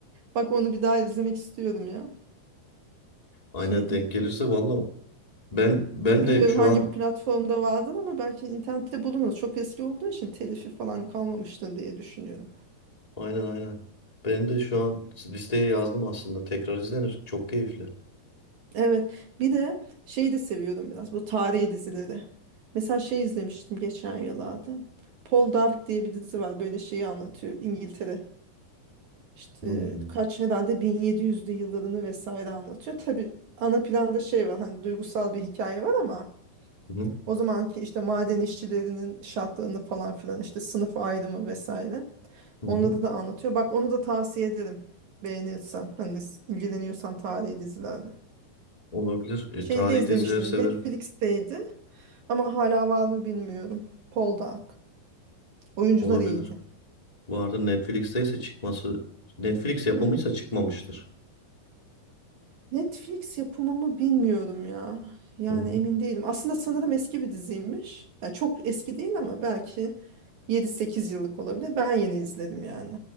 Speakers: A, on the right; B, on the left.
A: bak onu bir daha izlemek istiyorum ya.
B: Aynen
A: Şeydi.
B: denk gelirse valla ben ben
A: Bilmiyorum
B: de şu
A: hangi
B: an
A: platformda vardır ama belki internette bulunur. Çok eski olduğu için telifi falan kalmamıştır diye düşünüyorum.
B: aynen aynen. Ben de şu an listeye yazdım aslında. Tekrar izlenir. Çok keyifli.
A: Evet. Bir de şeyi de seviyorum biraz bu tarihi dizileri. Mesela şey izlemiştim geçen yıllarda. Paul Dark diye bir dizi var. Böyle şeyi anlatıyor İngiltere. İşte
B: Hmm.
A: kaç herhalde 1700'lü yıllarını vesaire anlatıyor. Tabii ana planda şey var hani duygusal bir hikaye var ama
B: Hı hı.
A: o zamanki işte maden işçilerinin şartlarını falan filan işte sınıf ayrımı vesaire.
B: Hı hı.
A: Onları da anlatıyor. Bak onu da tavsiye ederim. Beğenirsen. Hani s- ilgileniyorsan tarihi dizilerle.
B: Olabilir. E,
A: Şeyde
B: tarihi
A: izlemiştim.
B: dizileri severim.
A: Netflix'teydi. Ama hala var mı bilmiyorum. Poldark. Oyuncular
B: Olabilir.
A: iyiydi.
B: Vardır Netflix'teyse çıkması Netflix yapımıysa
A: Hmm.
B: çıkmamıştır.
A: Netflix yapımı mı bilmiyorum ya. Yani
B: Hı hı.
A: emin değilim. Aslında sanırım eski bir diziymiş. Yani çok eski değil ama belki yedi sekiz yıllık olabilir. Ben yeni izledim yani.